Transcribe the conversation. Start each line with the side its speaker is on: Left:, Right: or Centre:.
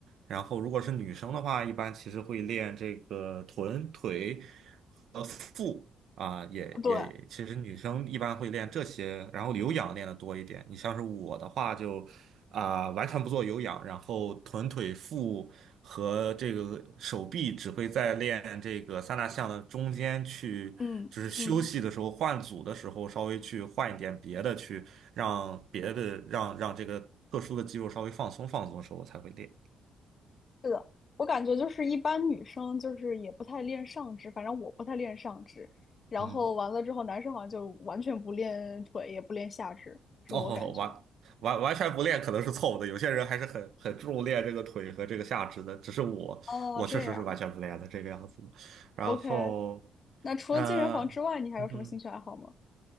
Right: 然后如果是女生的话，一般其实会练这个臀、腿和腹啊，也也，
Left: 对，
Right: 其实女生一般会练这些，然后有氧练的多一点。你像是我的话就。啊、完全不做有氧，然后臀腿腹和这个手臂只会在练这个三大项的中间去，
Left: 嗯嗯。
Right: 就是休息的时候换组的时候稍微去换一点别的，去让别的让让这个特殊的肌肉稍微放松放松的时候我才会练。
Left: 是的，我感觉就是一般女生就是也不太练上肢，反正我不太练上肢。然后完了之后，
Right: 嗯，
Left: 男生好像就完全不练腿，也不练下肢，是我感觉。
Right: 哦，完完完全不练可能是错误的，有些人还是很很注重练这个腿和这个下肢的，只是我我确实是完全不练的这个样子的。
Left: 哦，这样
Right: 然后，
Left: ，OK。那除了健身房之外，
Right: 呃，
Left: 你还有什么兴趣爱好吗？
Right: 嗯哼。